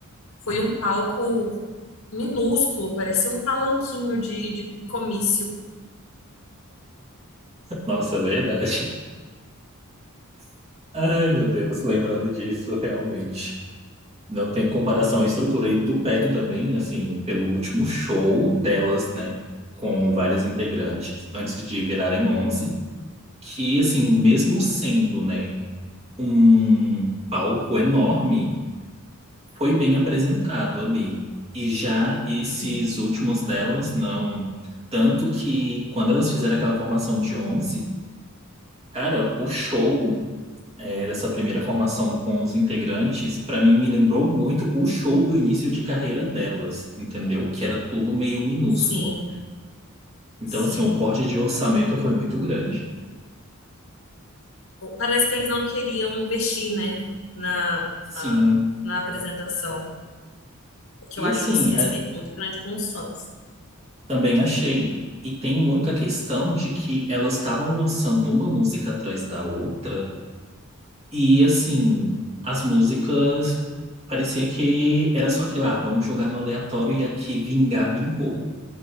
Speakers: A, on the left; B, on the right.
A: Foi um palco minúsculo, parecia um palanquinho de, de comício.
B: Nossa, é verdade. <laughs> Ai, meu Deus, lembrando disso, realmente. Não tem comparação à estrutura. E tu pega também, assim, pelo último show delas, né, com várias integrantes, antes de virarem 11 que, assim, mesmo sendo, né, um palco enorme, foi bem apresentado ali. E já esses
A: Sim,
B: últimos delas, não. Tanto que quando elas fizeram aquela formação de onze cara, o show é, dessa primeira formação com os integrantes, pra mim, me lembrou muito o show do início de carreira delas, entendeu? Que era tudo meio minúsculo.
A: sim,
B: Então,
A: sim.
B: assim, o corte de orçamento foi muito grande.
A: Parece que eles não queriam investir, né, na,
B: Sim.
A: na, na apresentação, o que
B: E
A: eu acho
B: assim,
A: um desrespeito
B: a-
A: muito grande com os fãs.
B: também achei. E tem muita questão de que elas estavam lançando uma música atrás da outra E assim, as músicas parecia que era só aquilo, ah, vamos jogar no aleatório e aqui vingar, vingou.